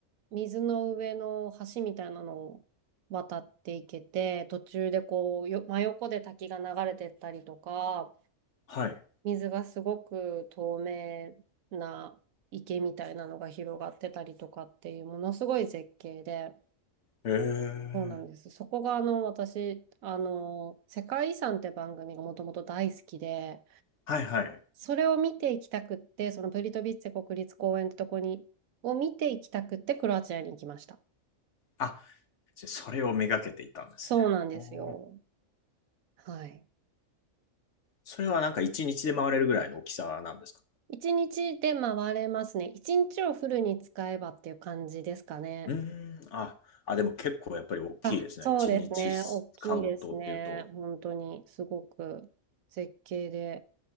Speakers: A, on the right; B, on the left.
A: 水の上の橋みたいなのを渡っていけて、途中でこう、よ、真横で滝が流れてったりとか、
B: はい。
A: 水がすごく透明な池みたいなのが広がってたりとかっていうものすごい絶景で、
B: えー、
A: そうなんです。そこがあの私、あの、世界遺産って番組がもともと大好きで、
B: はい、はい。
A: それを見ていきたくって、そのプリトビッツェ国立公園ってとこに、を見ていきたくってクロアチアに行きました。
B: あ、じゃそれをめがけていたんですね。
A: そうなんですよ。
B: おー
A: はい。
B: それはなんか1日で回れるぐらいの大きさなんですか
A: 一日で回れますね。一日をフルに使えばっていう感じですかね。
B: うーん、あ、あ、でも結構やっぱり大きいですね。
A: あ、そうですね。
B: 1日使うとっていうと。
A: 大きいですね。本当に、すごく絶景で、